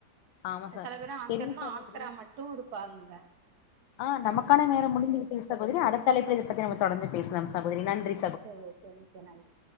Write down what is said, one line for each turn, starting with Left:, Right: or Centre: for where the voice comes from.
Left: ஆமா ச
Right: செல பேரு ஆங்க்கர்ன்னா
Left: செரிங்க சகோதரி
Right: ஆங்க்கரா மட்டு இருப்பாங்கங்க
Left: ஆ நமக்கான நேரம் முடிந்து விட்டது சகோதரி அடுத்த அழைப்புல இத பத்தி நம்ம தொடர்ந்து பேசலாம் சகோதரி நன்றி
Right: சகோதரி மிக்க நன்றி